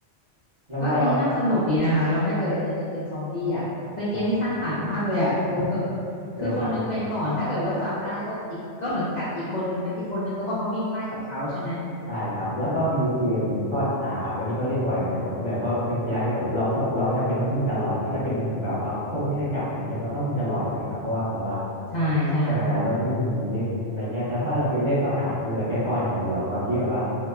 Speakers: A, on the right; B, on the left.
A: แล้วก็
B: เอออันนี้น่าสนุกดีนะคะเราไม่เคยเล่นเลยเกมซอมบี้อ่ะเป็นเกมที่สร้างสรรค์มากเลยอ่ะเออ
A: ใช
B: คือคนนึงเป็นก่อนถ้าเกิดว่าจับได้ก็อีกก็เหมือนกัดอีกคนนึงนะอีกคนนึงก็ต้องมาวิ่งไล่กับเขาใช่ไหม
A: ่ครับ ใช่ครับแล้วก็มีเกมซ่อนหาครับอันนี้ก็เล่นบ่อยเหมือนกันกับเพื่อนเพราะเป็นกีฬาที่แบบเราไม่ต้องเราไม่จำเป็นต้องวิ่งตลอดอย่างเงี้ยถ้าเป็นแบบว่าพวกวิ่งไล่จับอะไรเงี้ยมันก็ต้องวิ่งตลอดใช่ไหมครับเพราะว่าแบบว่า
B: ใช่ใช่ค่ะ
A: แต่ในร้านเราต้องวิ่งหนีอะไรเงี้ยแต่ถ้าเราเป็นเล่นซ่อนหาคือเราแค่ซ่อนอย่างเดียวบางทีแบบว่า